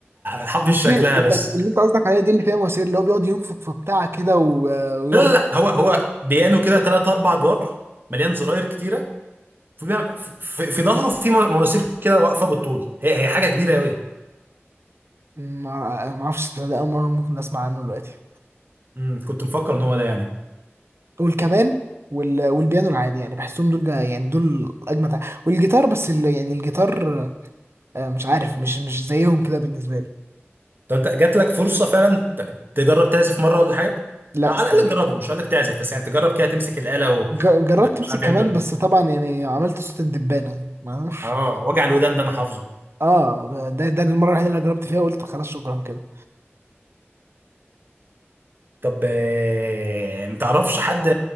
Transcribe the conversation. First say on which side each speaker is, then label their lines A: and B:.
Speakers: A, on the right; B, on the right.
A: حافظ
B: مش
A: شكلها
B: دي انت-
A: بس
B: اللي انت قصدك عليها دي اللي فيها مواسير اللي هو بيقعد ينفخ في بتاع كده و- ويقعد
A: لا لا لا هو هو بيانو كده ثلاث اربع ادوار مليان زراير كتيره في في, في ظهره في مو- مواسير كده واقفه بالطول هي هي حاجه كبيره قوي
B: ما ما اعرفش البتاع ده اول مرة ممكن اسمع عنه دلوقتي
A: امم كنت مفكر ان هو ده يعني
B: والكمان وال... والبيانو العادي يعني بحسهم دول جا... يعني دول اجمد ع- والجيتار بس ال... يعني الجيتار آه، مش عارف مش مش زيهم كده بالنسبه لي
A: طب انت جات لك فرصه فعلا ت- تجرب تعزف مره ولا حاجه
B: لا
A: آه، على
B: الصراحه
A: الاقل تجربه مش هقول لك تعزف بس يعني تجرب كده تمسك الاله
B: ج... جربت
A: ومش
B: امسك
A: عارف
B: كمان
A: يعملوا ايه
B: بس طبعا يعني عملت صوت الدبانه معرفش
A: اه وجع الودان ده انا حافظه
B: اه ده ده المره الوحيده اللي جربت فيها قلت خلاص شكرا كده
A: طب آه، متعرفش حد